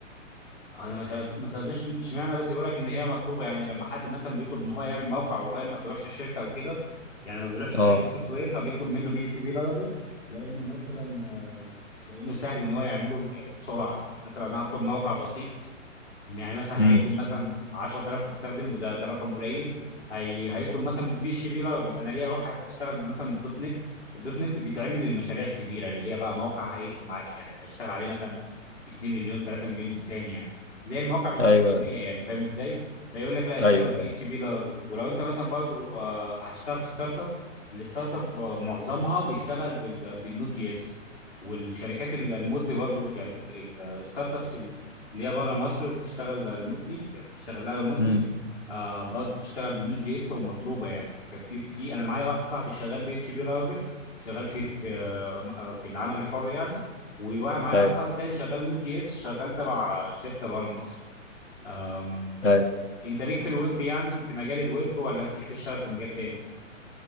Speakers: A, on the left (about 55°); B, on the left (about 70°).
A: انا ما سألت- ما سالتش اشمعنى بس بيقول لك ان هي مطلوبه يعني لما حد مثلا بيطلب ان هو يعمل موقع اونلاين ما بيروحش الشركه او كده يعني ما بيروحش الشركه
B: اه
A: السوفت وير فبيطلب منه بي اتش بي لارافيل لانه مثلا آه، لانه سهل ان هو يعمله يعني بسرعه يعني مثلا انا هطلب موقع بسيط يعني مثلا
B: امم
A: هيخدم مثلا 10000 مستخدم وده ده رقم قليل هي هيطلب مثلا في اتش بي لارافيل انا ليا واحد اشتغل مثلا بالدوت نت الدوت نت بيتعمل للمشاريع الكبيره اللي هي بقى مواقع هيخدم ع- يعني هيشتغل عليه مثلا 2 مليون 3 مليون انسان يعني زي المواقع بتاع
B: ايوه
A: الحكوميه يعني فاهم ازاي؟ فيقول لك لا اشتغل
B: ايوه
A: بي
B: ايوه
A: اتش بي لارافيل ولو انت مثلا برضو آه، هتشتغل في ستارت اب الستارت اب آه، معظمها بيشتغل بال- بالنود جي اس والشركات الريموتلي برضو يعني الستارت ابس اللي هي بره مصر وبتشتغل ريموتلي يعني بتشتغل لها ريموتلي
B: امم
A: آه برضه بتشتغل بنود جي اس ومطلوبه يعني كان في في انا معايا واحد صاحبي شغال بي اتش بي لارافيل شغال في في آه آه، في العمل الحر يعني ومعايا
B: ايوه
A: واحد صاحبي تاني شغال نود جي اس شغال تبع شركه بره مصر آم،
B: ايوه
A: انت ليك في الويب يعني في مجال الويب ولا تحب تشتغل في مجال تاني؟